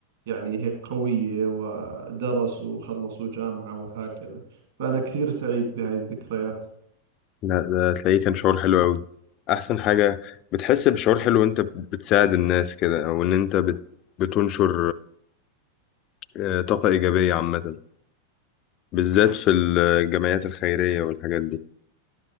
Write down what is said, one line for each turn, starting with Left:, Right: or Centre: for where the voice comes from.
Right: يعني هيك قوية ودرسوا وخلصوا جامعة وهكذا فأنا كثير سعيد بهاي الذكريات
Left: لا ده تلاقيه كان شعور حلو قوي احسن حاجه بتحس بشعور حلو وانت بتساعد الناس كده او ان انت بت... بتنشر آه، طاقه ايجابيه عامه بالذات في الجمعيات الخيريه والحاجات دي